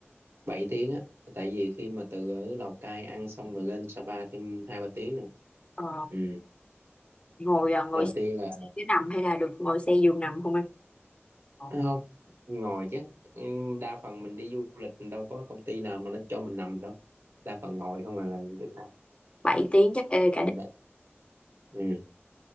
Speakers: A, on the right (about 60°); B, on the left (about 25°).
A: 7 tiếng á tại vì khi mà từ ở Lào Cai ăn xong rồi lên Sapa thêm hai ba tiếng nữa
B: ờ,
A: ừ.
B: ngồi à, ngồi
A: đầu
B: xe
A: tiên là
B: nằm hay là được ngồi xe giường nằm không anh Ờ,
A: à, không ngồi chứ Ừ, đa phần mình đi du lịch đâu có công ty nào mà nó cho mình nằm đâu đa phần ngồi không à là Việt Nam
B: bảy tiếng chắc ê
A: Ờ,
B: cả
A: đ- ừ.